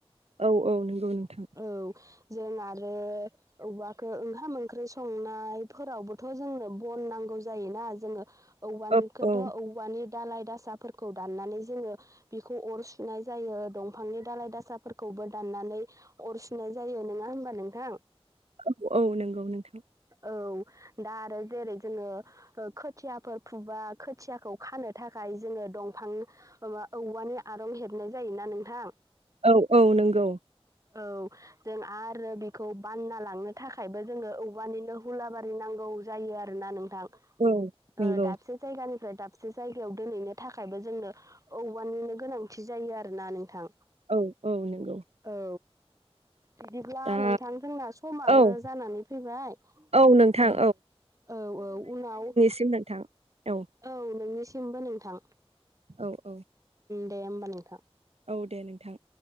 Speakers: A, on the right (about 75°); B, on the right (about 30°).
A: औ औ नंगौ नोंथां।
B: औ जों आरो औवाखो ओंखाम -ओंख्रि संनाय फोरावबोथ' जोंनो बन नांगौ जायोना जोङो औवानिखौथ'
A: औ औ
B: औवानि दालाय दासाफोरखौ दाननानै जोङो बिखौ अर सुनाय जायो दंफांनि दाालाय दासाफोरखौबो दाननानै। अर सुनाय जायो नङा होमबा नोंथां।
A: औ औ नंगौ नोंथां।
B: औ दा आरो जेरै जोङो ओ खोथियाफोर फुबा खोथियाखौ खानो थाखाय जोङो दंफां ओमा औवानि आरं हेबनाय जायोना नोंथां।
A: औ औ नंगौ।
B: औ जों आरो बेखौ बानना लांनो थाखायबो जोङो औवानिनो हुलाबारि नांगौ जायो आरोना नोंथां।
A: औ नंगौ
B: ओ दाबसे जायगानिफ्राय दाबसे जायगायाव दोनहैनो थाखायबो जोंनो औवानिनो गोनांथि जायो आरोना नोंथां।
A: औ औ नंगौ।
B: औ बिदिब्ला
A: दा
B: नोंथां जोंना समाबो
A: औ
B: जानानैै फैबाय
A: औ नोंथां
B: उम औ औ उनाव
A: सिम नोंथां औ।
B: औ नोंनिसिमबो नोंथां
A: औ औ
B: दे होमबा नोंथां।
A: औ दे नोंथां।